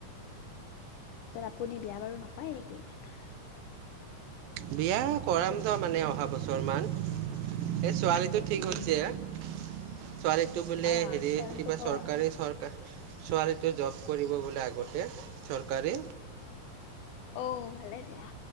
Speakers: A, on the left (about 75°); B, on the right (about 85°).
A: ছাৰ আপুনি বিয়া বাৰু নকৰে নেকি?
B: বিয়া কৰাম ত' মানে অহা বছৰ মান এ ছোৱালীটো ঠিক
A: উম
B: হৈছে ছোৱালীটো বোলে
A: অ
B: হেৰি
A: ছোৱালীটো
B: কিবা
A: কৰ
B: চৰকাৰী চৰকাৰ ছোৱালীটোৱে জব কৰিব বোলে আগতে চৰকাৰী।
A: অ', ভালে দিয়া।